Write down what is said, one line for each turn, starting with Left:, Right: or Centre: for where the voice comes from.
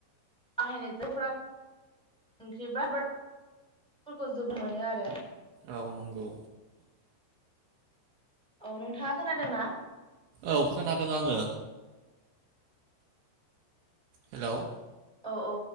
Centre: <unintelligible> <unintelligible> ओंख्रि <unintelligible> <unintelligible> जोबो मोनो आरो
Right: औ नंगौ
Centre: औ नोंथांङा खोनादोंना
Right: औ खोनादों आंङो हेलौ
Centre: औ औ